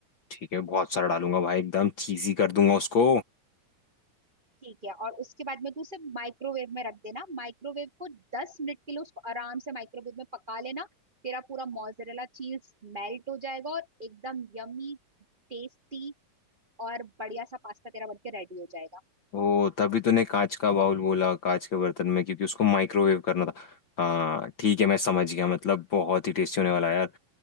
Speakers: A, on the left; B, on the right.
A: ठीक है बहुत सारा डालूंगा भाई एकदम चीजी कर दूंगा उसको
B: ठीक है और उसके बाद में तू उसे माइक्रोवेव में रख देना माइक्रोवेव को दस मिनट के लिए उसको आराम से माइक्रोवेव में पका लेना तेरा पूरा मोजरेला चीज मेल्ट हो जाएगा और एकदम यमी टेस्टी और बढ़िया सा पास्ता तेरा बनके रेडी हो जाएगा
A: ओ तभी तूने कांच का बाउल बोला कांच के बर्तन में क्योंकि उसको माइक्रोवेव करना था हाँ ठीक है मैं समझ गया मतलब बहुत ही टेस्टी होने वाला है यार